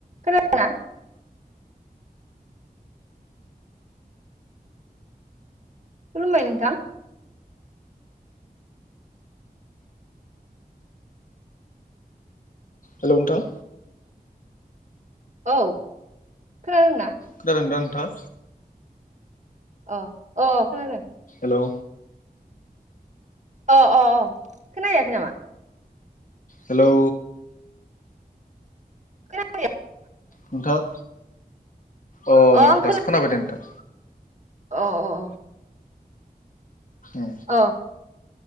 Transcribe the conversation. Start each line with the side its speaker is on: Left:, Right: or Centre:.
Right: खोनादोंना? खुलुमबाय नोंथां
Left: हेलौ नोंथां।
Right: औ खोनादोंना?
Left: खोनादोंदा नोंथांङा?
Right: अ अ खोनादों।
Left: हेलौ।
Right: अ अ अ खोनायाखै नामा?
Left: हेलौ
Right: <unintelligible>
Left: नोंथां। अ
Right: आं खोना
Left: दासो खोनाबाय दे नोंथां
Right: अ अ अ।
Left: ए।
Right: अ